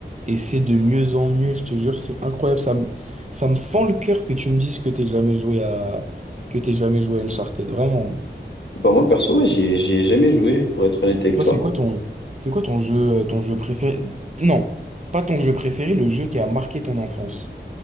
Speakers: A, on the right; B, on the left.
A: et c'est de mieux en mieux, je te jure, c'est incroyable. Ça me, ça me fend le cœur que tu me dises que t'es jamais joué à, que t'es jamais joué à Uncharted, vraiment.
B: Bah, moi, perso, ouais, j'y ai j'y ai jamais joué, pour être honnête avec
A: Toi,
B: toi.
A: c'est quoi ton, c'est quoi ton jeu, euh, ton jeu préféré? Non, pas ton jeu préféré, le jeu qui a marqué ton enfance.